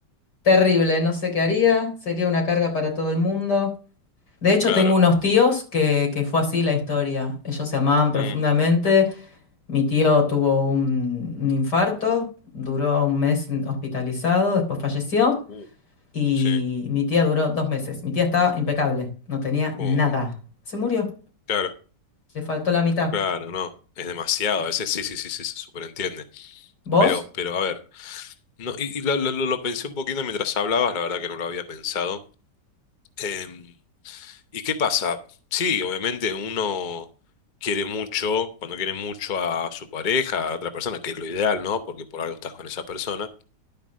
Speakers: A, on the left; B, on the left.
A: terrible. No sé qué haría. Sería una carga para todo el mundo. De hecho,
B: claro.
A: tengo unos tíos que, que fue así la historia. Ellos se amaban profundamente.
B: Mm,
A: Mi tío tuvo un, un infarto, duró un mes hospitalizado, después falleció.
B: uh,
A: Y
B: sí,
A: mi tía duró dos meses. Mi tía estaba impecable, no tenía nada.
B: Uy,
A: Se murió,
B: claro,
A: le faltó la mitad.
B: claro, no. Es demasiado, a veces sí, sí, sí, sí, se superentiende.
A: ¿Vos?
B: Pero, pero a ver, no, y, y lo, lo- lo- lo pensé un poquito mientras hablabas, la verdad que no lo había pensado. Em, ¿Y qué pasa? Sí, obviamente uno quiere mucho, cuando quiere mucho a su pareja, a otra persona, que es lo ideal, ¿no? Porque por algo estás con esa persona.